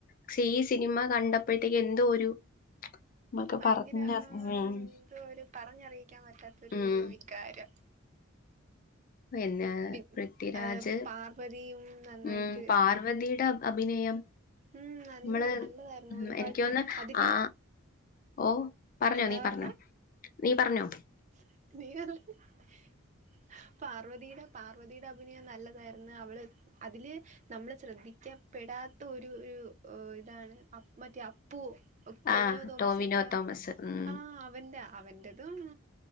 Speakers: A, on the left (about 40°); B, on the right (about 35°).
A: ക്ഷീ ഇ സിനിമ കണ്ടപ്പൊഴത്തേക്ക് എന്തോ ഒരു മക്ക
B: ഭയങ്കര
A: പറഞ്ഞ
B: ആഹ്
A: <unintelligible>
B: എന്തോ ഒരു പറഞ്ഞറിയിക്കാൻ പറ്റാത്തൊരു
A: ഉം
B: ഒരു വികാരം
A: എന്നാ
B: പി
A: പൃഥ്വിരാജ്
B: ഏഹ് പാർവതിയും നന്നായിട്ട്
A: ഉം പാർവ്വതിയുടെ അഭിനയം.
B: ഉം നല്ല
A: മ്മള്
B: നല്ലതായിരുന്നു
A: ഉം
B: ഒരുപാട്
A: എനിക്കോ ന്ന്ന്ന
B: അതില്
A: ആ. ഓ പറഞ്ഞോ
B: എന്താ
A: നീ പറഞ്ഞോ
B: പറഞ്ഞെ
A: നീ പറഞ്ഞോ
B: <unintelligible> പാർവതിയുടെ, പാർവതിയുടെ അഭിനയം നല്ലതായിരുന്നു അവള്. അതില് നമ്മള് ശ്രദ്ധിക്കപ്പെടാത്ത ഒരു ഇതാണ് മറ്റേ പ്പൂ ടൊമിനോ
A: ആഹ്
B: തോമസിന്റെ
A: ടോവിനോ തോമസ് ഉം
B: ആ അവൻ്റെ. അവൻ്റെതും.....